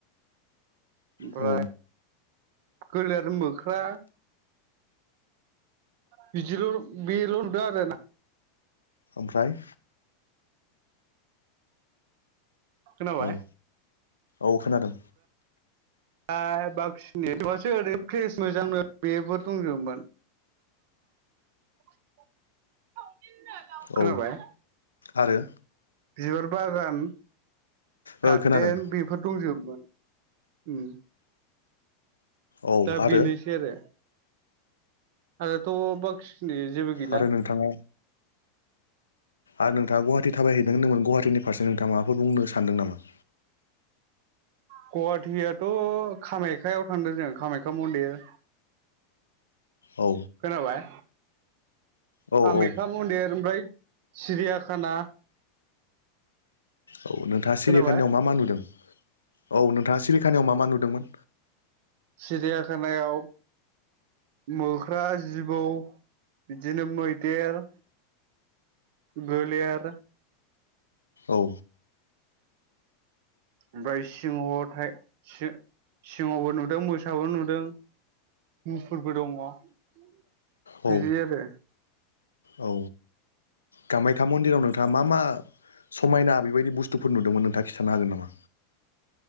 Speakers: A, on the right; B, on the left.
A: ओमफ्राय
B: औ
A: गोलेर मोख्रा बिदिल बेल नुदों आरो ना
B: ओमफ्राय
A: खोनाबाय
B: औ औ खोनादों।
A: ओ बक्सिनिबासो ओरै फ्रेस मोजांनो बेबो दंजोमोन <inaudible> खोनाबाय
B: औ आरो
A: बिबार बागान गार्देन
B: ओ खोनादों
A: बेफोर दंजोबमोन उम
B: औ
A: दा
B: आरो
A: बेनोसै आरो। <unintelligible> थ बाखि खिनि जेबो गैला।
B: आरो नोंथाङा आरो नोंथाङा गवाहाटि थाबायहैदों होनदोंमोन गवाहाटीनि फारसे नोंथाङा माफोर बुंनो सानदों नामा?
A: गवाहाटीयाथ' कामाख्याायाव थांदों जोङो कामाख्या मन्दिर।
B: औ
A: खोनाबाय
B: औ
A: कामाख्या
B: औ
A: मन्दिर ओमफ्राय सिरियाखाना
B: औ नोंथाङा सिरियाखानायाव
A: खोनाबाय
B: मा मा नुदों? औ नोंथाङा सिरि खानायाव मा मा नुदोंमोन?
A: सिरियाखानायाव मोख्रा, जिबौ, बिदिनो मैदेर, गलेर
B: औ।
A: ओमफ्राय सिंह थाइ सि सिंहबो नुदों, मोसाबो नुदों, मुफुरबो दङ'। बिदि
B: औ
A: आरो।
B: औ कामाख्या मन्दिराव नोंथाङा मा मा समायना बेबायदि बुस्थुफोर नुदोंमोन नोंथाङा खिन्थानो हागोन नामा?